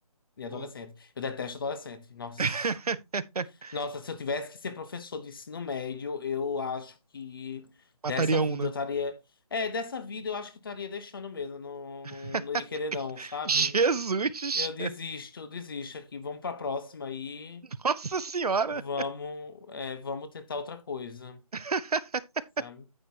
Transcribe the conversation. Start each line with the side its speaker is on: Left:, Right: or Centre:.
Left: Nem adolescente.
Right: Pô.
Left: Eu detesto adolescente. Nossa.
Right: <laughs>
Left: Nossa, se eu tivesse que ser professor de ensino médio, eu acho que
Right: Mataria
Left: dessa vida
Right: um, né?
Left: eu estaria. É, dessa vida eu acho que eu estaria deixando mesmo. eu Não,
Right: <laughs>
Left: não, não ia querer, não, sabe?
Right: Jesus!
Left: Eu desisto, eu desisto aqui. Vamos pra próxima aí.
Right: Nossa Senhora!
Left: Vamos, é, vamos tentar outra coisa,
Right: <laughs>
Left: sabe?